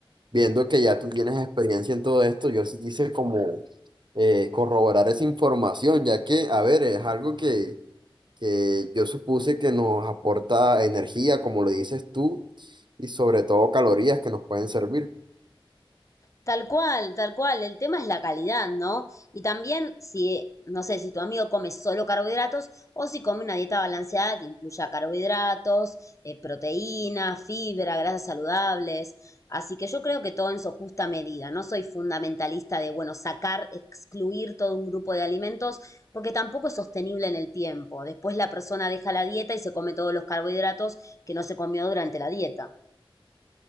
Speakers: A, on the right; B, on the left.
A: viendo que ya tú tienes experiencia en todo esto, yo sí quise como eh, corroborar esa información, ya que, a ver, es algo que, que yo supuse que nos aporta energía, como le dices tú, y sobre todo calorías que nos pueden servir.
B: Tal cual, tal cual. El tema es la calidad, ¿no? Y también si, no sé, si tu amigo come solo carbohidratos o si come una dieta balanceada que incluya carbohidratos, eh, proteína, fibra, grasas saludables. Así que yo creo que todo en su justa medida. No soy fundamentalista de, bueno, sacar, excluir todo un grupo de alimentos porque tampoco es sostenible en el tiempo. Después la persona deja la dieta y se come todos los carbohidratos que no se comió durante la dieta.